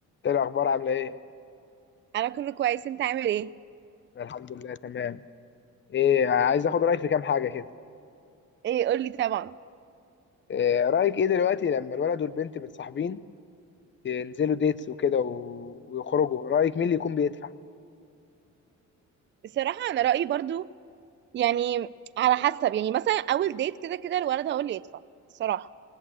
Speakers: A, on the left (about 40°); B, on the right (about 40°).
A: ايه الاخبار عامله ايه
B: انا كله كويس انت عامل ايه
A: أنا الحمد لله تمام ايه عايز اخد رايك في كام حاجه كده
B: ايه قول لي طبعا
A: إيه رايك ايه دلوقتي لما الولد والبنت متصاحبين اه، ينزلوا ديتس وكده و... ويخرجوا رايك مين اللي يكون بيدفع
B: الصراحه انا رايي برضو يعني على حسب يعني مثلا اول ديت كده كده الولد هو اللي يدفع الصراحه